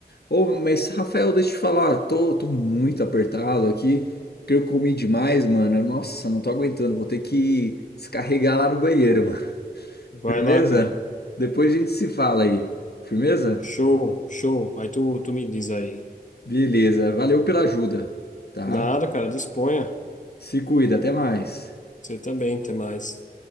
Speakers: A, on the left (about 75°); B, on the left (about 50°).
A: Ô, mas Rafael, deixa eu te falar, tô, tô muito apertado aqui. Creio que eu comi demais, mano. Nossa, não tô aguentando. Vou ter que descarregar lá no banheiro, mano.
B: Vai
A: <laughs> Firmeza?
B: lá, cara.
A: Depois a gente se fala aí. Firmeza?
B: Show, show. Aí tu, tu me diz aí.
A: Beleza. Valeu pela ajuda, tá?
B: Nada, cara, disponha.
A: Se cuida, até mais.
B: Você também, até mais.